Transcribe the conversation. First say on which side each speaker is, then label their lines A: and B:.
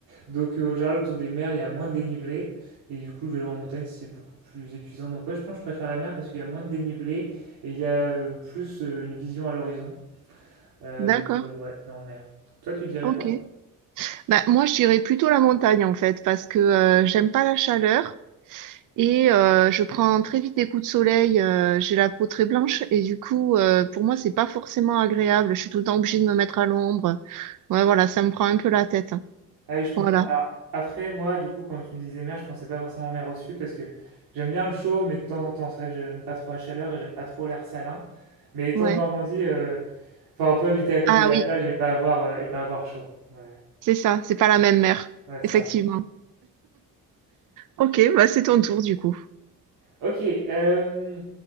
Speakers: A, on the right; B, on the right.
A: Donc, euh, en général, autour des mers, il y a moins de dénivelé. Et du coup, le vélo en montagne, c'est beaucoup plus épuisant. Donc, ouais, je pense que je préfère la mer parce qu'il y a moins de dénivelé et il y a euh, plus euh, une vision à l'horizon. Euh,
B: D'accord.
A: donc, euh, ouais, non, en mer. Toi, tu dirais
B: Ok.
A: quoi?
B: Ben, moi, je dirais plutôt la montagne en fait parce que euh, j'aime pas la chaleur. Et euh, je prends très vite des coups de soleil, euh, j'ai la peau très blanche et du coup, euh, pour moi, c'est pas forcément agréable. Je suis tout le temps obligée de me mettre à l'ombre. Ouais, voilà, ça me prend un peu la tête. hein.
A: Ah oui, je comprends.
B: Voilà,
A: Alors après, moi, du coup, quand tu me disais mer, je pensais pas forcément mer au sud parce que j'aime bien le chaud, mais de temps en temps, c'est vrai que j'aime pas trop la chaleur et j'aime pas trop l'air salin. Mais étant
B: ouais.
A: de Normandie, euh, enfin, on peut habiter à côté
B: Ah
A: de la
B: oui,
A: plage et pas avoir, euh, et pas avoir chaud. Ouais,
B: c'est ça, c'est pas la même mer,
A: ouais, ça.
B: effectivement. Ok, bah c'est ton tour du coup.
A: Ok, euh,